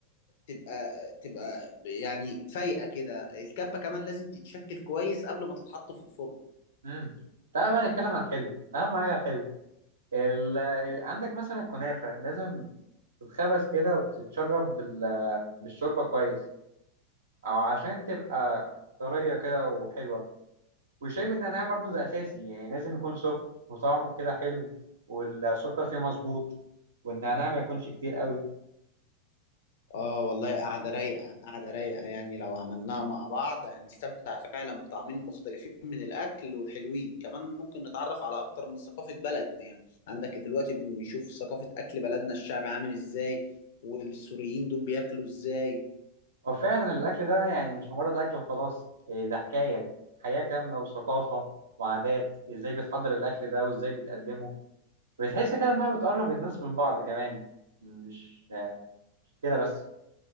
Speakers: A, on the left; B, on the right.
A: تبقى تبقى يعني فايقه كده الكبه كمان لازم تتشكل كويس قبل ما تتحط في الفرن
B: امم تعالى بقى نتكلم عن الحلو اهم حاجه الحلو ال... ال- عندك مثلا الكنافه لازم تتخبز كده وتتشرب بال... بالشوربه كويس او عشان تبقى طريه كده وحلوه والشاي بالنعناع برضو ده اساسي يعني لازم يكون سخن وطعمه كده حلو والسكر فيه مظبوط والنعناع ما يكونش كتير قوي
A: اه والله قاعدة رايقة قاعدة رايقة يعني لو عملناها مع بعض هنستمتع فعلا بطعمين مختلفين من الأكل وحلوين كمان ممكن نتعرف على أكتر من ثقافة بلد يعني عندك دلوقتي بنشوف ثقافة أكل بلدنا الشعب عامل إزاي والسوريين دول بياكلوا إزاي
B: هو فعلا الاكل ده يعني مش مجرد اكل وخلاص إيه ده حكايه حياه كامله وثقافه وعادات ازاي بتحضر الاكل ده وازاي بتقدمه بتحس كده انها بتقرب الناس من بعض كمان مش مش كده بس